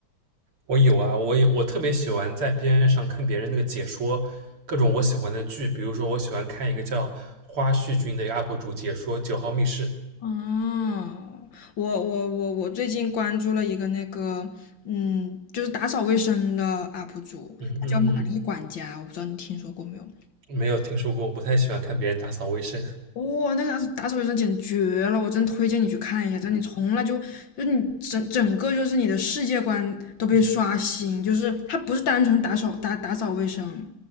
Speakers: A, on the right (about 85°); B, on the left (about 60°).
A: 我有啊，我也我特别喜欢在边上看别人那个解说各种我喜欢的剧，比如说我喜欢看一个叫花絮君的 UP 主解说《九号密室》。
B: 哦，我我我我最近关注了一个那个，嗯，就是打扫卫生的 UP 主，
A: 嗯嗯
B: 他叫玛丽管家，我不知道你听说过没有？
A: 嗯，没有听说过，我不太喜欢看别人打扫卫生。
B: 哦，那个打扫打扫卫生简直绝了，我真推荐你去看一下，真的你从来就就你整整个就是你的世界观都被刷新，就是他不是单纯打扫打打扫卫生，